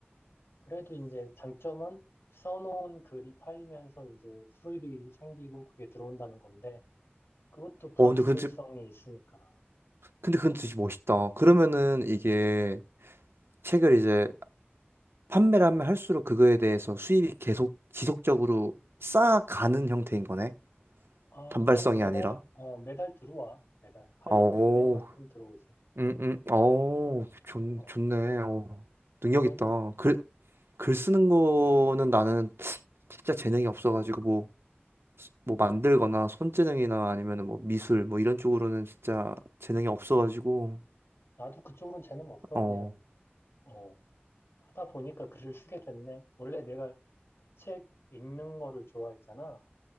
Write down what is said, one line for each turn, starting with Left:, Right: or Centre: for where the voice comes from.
Left: 그래도 이제 장점은 써놓은 글이 팔리면서 이제 수입이 생기고 그게 들어온다는 건데 그것도 불확실성이
Right: 어, 근데 근데
Left: 있으니까.
Right: 근데 그건 진짜 멋있다. 그러면은 이게 책을 이제 판매를 하면 할수록 그거에 대해서 수입이 계속 지속적으로 쌓아가는 형태인 거네.
Left: 아,
Right: 단발성이
Left: 그냥 매달,
Right: 아니라.
Left: 어, 매달 들어와. 매달. 팔린
Right: 오
Left: 금액만큼 들어오지.
Right: 음, 음, 어, 좋,
Left: 어,
Right: 좋네. 어, 능력
Left: 그래도
Right: 있다. 글, 글 쓰는 거는 나는 진짜 재능이 없어가지고 뭐, 뭐 만들거나 손재능이나 아니면 뭐 미술 뭐 이런 쪽으로는 진짜 재능이 없어가지고
Left: 나도 그쪽으로는 재능 없어.
Right: 어,
Left: 그냥, 어, 하다 보니까 글을 쓰게 됐네. 원래 내가 책 읽는 거를 좋아했잖아.